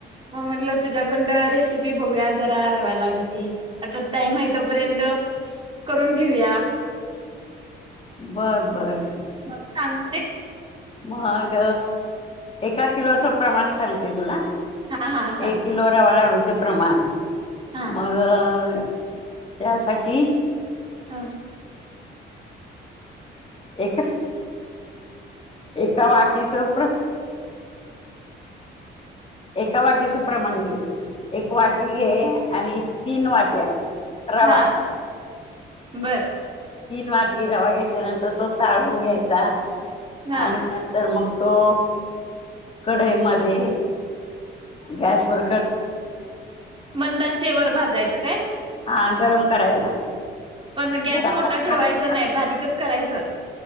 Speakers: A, on the right; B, on the left.
A: मग म्हटलं तुझ्याकंड रेसिपी ती बघूया जरा रवा लाडूची. आता टाइम आहे तोपर्यंत करून घेऊया.
B: बरं. बरं.
A: मघ सांगतेस.
B: मग एका किलोचं प्रमाण सांगते तुला.
A: हा हा सांग
B: एक किलो रवा लाडू च प्रमाण
A: हा
B: मग त्यासाठी
A: हा.
B: एक एका वाटीचं प्र एका वाटीचं प्रमाण घे. एक वाटी घे आणि तीन वाट्या, रवा
A: हा बर.
B: तीन वाटी रवा घेतल्यानंतर तो चाळून घ्यायचा
A: हा
B: आणि नंतर मग तो कढई मध्ये गॅसवर
A: मंदाचेवर भाजायचं काय?
B: हां गरम करायचा.
A: पण गॅस
B: जरा
A: मोठा
B: हलका
A: ठेवायचा
B: हलका
A: नाय बारीकचं करायचं.